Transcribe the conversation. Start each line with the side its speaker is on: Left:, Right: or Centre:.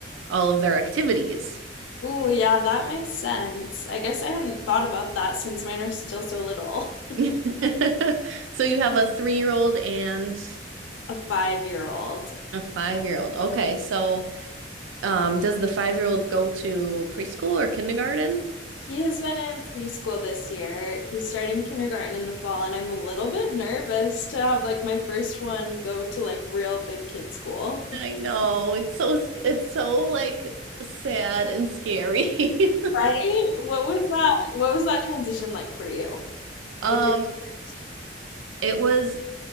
Right: all of their activities.
Left: Ooh, yeah, that makes sense. I guess I hadn't thought about that since mine are still so little,
Right: <laughs> So you have a three-year-old and
Left: a five-year-old.
Right: a five-year-old. Okay, so Um, does the five-year-old go to preschool or kindergarten?
Left: He has been in preschool this year. He's starting kindergarten in the fall, and I'm a little bit nervous to have like my first one go to like real big kid school. <laughs>
Right: I know, it's so it's so like sad and scary. <laughs>
Left: Right? What was that? What was that transition like for you
Right: Um,
Left: with your 1st
Right: it was